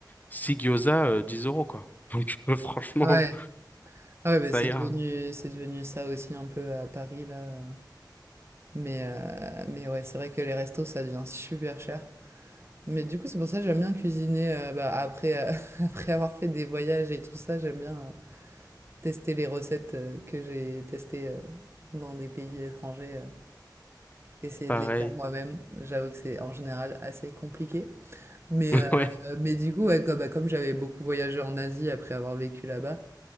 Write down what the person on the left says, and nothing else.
6 gyoza, euh, 10 euros, quoi. Donc, <laughs> franchement,
ça
ira.
Pareil.
<laughs>
Ouais.